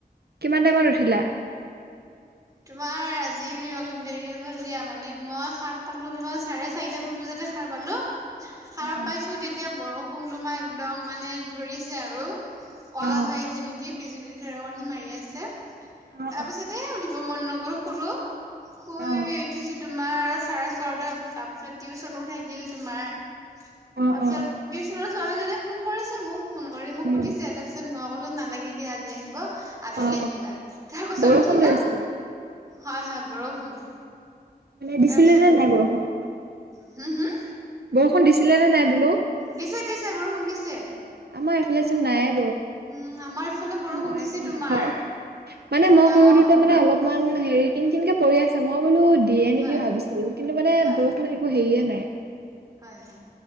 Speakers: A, on the right; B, on the right.
A: কিমান টাইমত উঠিলা
B: তোমাৰ আজি অলপ দেৰি হ'ল দিয়া মানে মই সাৰ পালো তোমাৰ চাৰে চাৰিটা মান বজাত- সাৰ পালো সাৰ
A: অ'
B: পাইছো তেতিয়া বৰষুণ তোমাহ একদম মানে ধৰিছে আৰু কলা
A: অ'
B: হৈ আহিছে নেকি বিজুলী ৰণী মাৰি আছে
A: অ'
B: তাৰ পিছতে উ শুব মন নগ'ল শুলো শুই
A: অ'
B: উঠিছো তোমাৰ ছাৰে ছয়টাত তাৰপিছত টিউচনো থাকিল তোমাৰ তাৰপিছত
A: অ অ
B: টিউশনৰ ছোৱালীজনীয়ে ফোন কৰিছে মোক ফোন কৰি মোক
A: উম
B: সুধিছে তাৰপিছত মই কলো নালাগে দিয় আজি আহিব আবেলি
A: অ'
B: আহিবা
A: অ'
B: তাৰ পাছত
A: বৰষুণ
B: উঠিলো
A: ধৰিছিলে
B: হয় হয় বৰষুণ
A: মানে দিছিলে
B: তাৰপিছত
A: নে নাই বৰষুণ
B: হম হয়
A: বৰষুণ দিছিলে নে নাই বোলো
B: দিছে দিছে বৰষুণ দিছে।
A: আমাৰ এফালেচোন নাই।
B: উম আমাৰ ইফালে বৰষুণ
A: মই
B: দিছে
A: গম
B: তোমাৰ
A: নাপাও মানে মই
B: ডাঙৰ
A: শুই উঠোঁতে মানে অলপ অলপমান হেৰি কিন কিনকে পৰি আছে মই বোলো দিয়ে নেকি
B: হয়
A: ভাবিছিলো কিন্তু মানে
B: হয়
A: বৰষুণ একো হেৰিয়ে নাই।
B: হয় হয়।